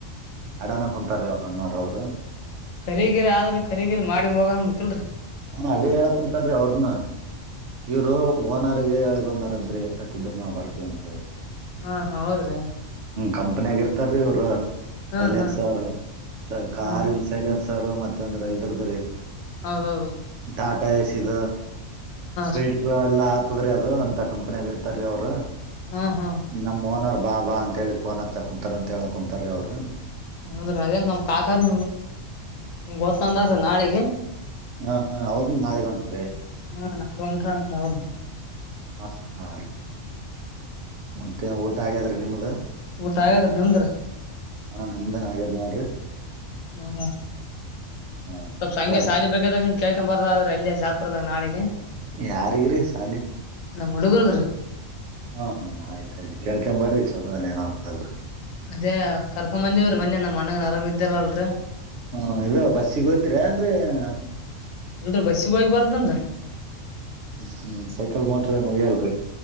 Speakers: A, on the right (about 70°); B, on the left (about 75°).
A: ಅಡಾನ ಕುಂತಾರೀ ಅವ್ರ ಅಣ್ಣೋರ ಅವರು
B: ರೀಗಿರಿ ಆದ್ರೆ ರೀಗಿರಿ ಮಾಡಿ ಹೋಗನ್ಬೇಕೇಕಲ್ರರಿ
A: ಅದೇ ಹೇಳಕ ಕುಂತಾರೀ ಅವ್ರನ ಇವರು ನನಗೆ ಹೇಳಿ ಬಂದಾರತ್ರಿ ಎಷ್ಟ ಹತ್ತಿದ್ರರು ನಾವವು ಬರ್ತೀವ ಅಂತ ಹೇಳಿ
B: ಹಾ ಹ ಹೌದ್ರಿ
A: ಕಂಪನಿ ಆಗ ಇರ್ತೀ ಇವರು
B: ಹ್ಮ್
A: ಸೈಲೆನ್ಸ್
B: ಹ್ಮ್
A: ಸ ಕಾರ್
B: ಹ್ಮ್
A: ಇನ್ ಸೈಲೆನ್ಸ್ ರ್ ಮತ್ತ ಅಂದ್ರೆ ಇದ್ರದ್ರೀ
B: ಅದ
A: ಟಾಟಾ ಎಸಿದ ಫಿಲ್ಟರ್
B: ರೀ
A: ಎಲ್ಲಾ ಆತದ್ರೀ ಅದು ಅಂತ ಕಂಪನಿ ಆಗ ಇರ್ತಾರೀ ಅವರು
B: ಹಾ ಹಾ
A: ನಮ ಓನರ್ ಬಾ ಬಾ ಅಂತ ಹೇಳಿ ಫೋನ್ ಹಚ್ಚ ಕುಂತಾರ ಅಂತ ಹೇಳ ಕುಂತಾರೀ ಅವರು
B: ಹೌದ್ರೀ ಅದೇಲ್ ನಮ್ ಕಾಕಾರ್ ಓ್ಕಂದಾರೀ ನಾಳೆಗೆ.
A: ಹಾ ಹಾ ಅವ್ರನು ನಾಳೆಗ ಹೊಂಟ್ರೀ
B: ಹಾ ನಾ ಒಂಟರಂತ ಅವ
A: ಹಾ ಹಾ ಮತ್ತೆ ಊಟ ಆಗ್ಯಾದ್ರ ನಿಮ್ದ
B: ಊಟ ಆ ಹಾಗಾದ ನಮಂದ್ರ
A: ಹಾ ನಮ್ದನ್ ಆಗ್ಯದ ನೋಡ್ರಿ
B: ಹ್ಮ
A: ಹ
B: ಸ್ವಲ್ಪ ಸಂಜೆ
A: ಹೇಳ್ರಿ
B: ಶಾಲಿ ಬೇಕದಾಗ ಕೇಳ್ಕೊ ಬರದ ಆದ್ರೆ ಅಲ್ಲಿ ಶಾಪರದಾಗ ನಾಳಿಗೆ
A: ಯಾರಿಗಿರಿ ಸಾಲಿ
B: ನಮ್ಮ ಹುಡುಗರುಗರ.
A: ಹಾ ಹಾ ಆಯ್ತಾಯ್ತು ಕೇಳ್ಕೊಂಡ ಬ್ರಿ ಚಲೋನೇ ಆಗ್ತಲ್ರಿ.
B: ಅದೇ ಕರ್ಕಂಬಂದಿವ್ರ ಮಜ ನಮ್ಮ್ ಅಣ್ಣಗನ ಆರಾಮ ಇದ್ದಲ್ಲ ಅಲ್ರ.
A: ಹ ಇದು ಬಸ್ಸಿಗೆ ಹೋಯ್ತಿರಿ ಏನ್ರಿ
B: <inaudible>
A: ಹ್ಮ್
B: ಇದ್ರ ಬಸಿ ಬ ಬಾರ್ದನ್ರ.
A: ಹ್ಮ್ ಸೈಕಲ್ ಮೋಟ್ರ ಏನ್ ಒಯ್ಯಲ್ರಿ